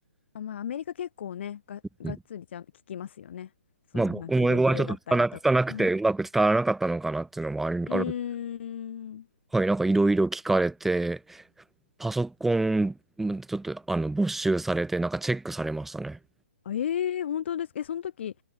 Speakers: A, on the left; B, in the centre.
A: あまあアメリカ結構ねが、がっつりちゃんと聞きますよねそのなんか旅程だったりとか。
B: うんまあ僕も英語はちょっと拙な、拙くてうまく伝わらなかったのかなっていうのもある、
A: うんうーん。
B: ある。はい、なんかいろいろ聞かれて、パソコンちょっとあの没収されて、なんかチェックされましたね。
A: あええ本当ですか。え、その時、